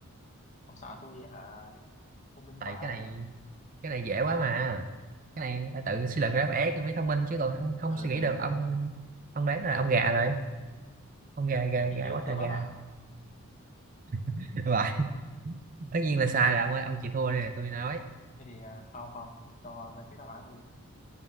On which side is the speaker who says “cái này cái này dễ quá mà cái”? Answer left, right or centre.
Right